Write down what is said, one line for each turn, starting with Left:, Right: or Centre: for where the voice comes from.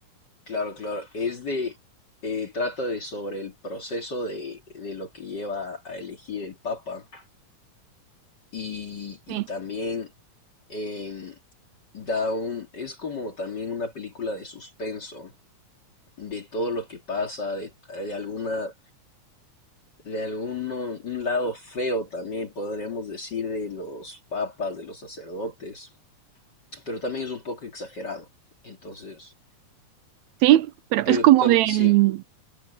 Left: Claro, claro. Es de, eh, trata de sobre el proceso de, de lo que lleva a elegir el Papa y, y
Right: Sí,
Left: también em, da un, es como también una película de suspenso, de todo lo que pasa, de, de alguna, de alguno un lado feo también podríamos decir de los papas, de los sacerdotes. pero también es un poco exagerado. Entonces,
Right: sí, pero
Left: pero
Right: es como
Left: tam-
Right: de...
Left: sí,
Right: mm,